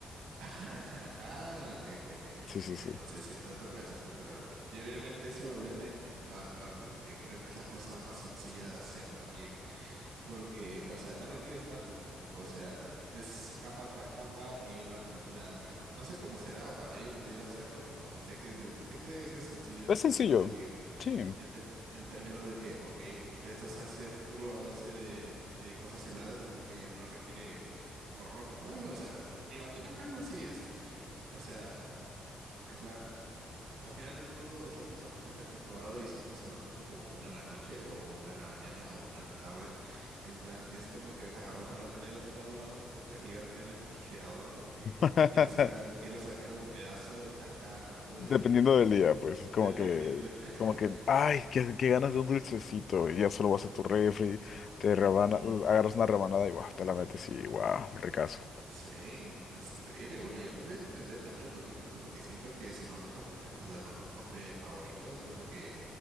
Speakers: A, on the right (about 75°); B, on the left (about 60°).
A: <laughs> Ah, ok, ok, ok, ok,
B: Sí,
A: entiendo.
B: sí, sí.
A: Sí, sí, es lo clásico, claro. Y obviamente eso lo venden en todas partes porque creo que es la cosa más sencilla de hacer también. porque, o sea, no requieres tanto tampoco, o sea, es capa tras capa y una gelatina de arriba. No sé cómo será, ojalá yo pudiera hacerlo, pero sé que, de- sé que debe ser sencillo en
B: Es
A: términos
B: sencillo.
A: de que,
B: Sí.
A: en, ter- en términos de que, ok, esto se hace puro a base de, de cosas heladas, así que no requiere horror como tal, o sea, no- me imagino que algo así es, o sea, en plan... Al final de todo, es la cosa más rica que he probado y siempre se me antoja como una en la noche o una en la mañana o una en la tarde. En plan, es como que oja- ojalá tener toda una tortota gigante en mi refrigerador porque
B: <laughs>
A: quiero sacar, quiero sacar un pedazo a cada rato
B: Dependiendo
A: de,
B: del día, pues, es como
A: dependiendo.
B: que,
A: <laughs>
B: como que, ay, qué, qué ganas de un dulcecito, y ya solo vas a tu refri, te rebana,
A: Ujú.
B: agarras una rebanada y guau, te la metes y guau, ricazo.
A: Sí, es increíble. Bueno, y aparte hay que aprender también un poquito, ¿no? Porque siento que si nosotros aprendemos a hacer nuestro postre favorito, es como que